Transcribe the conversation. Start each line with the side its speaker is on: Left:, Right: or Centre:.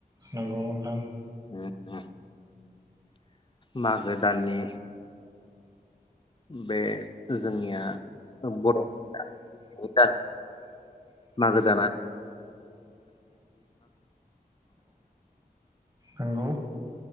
Right: नंगौ नोंथां
Left: उम उम मागो दाननि बे जोंनिया बर' <unintelligible> मागो दाना
Right: नंगौ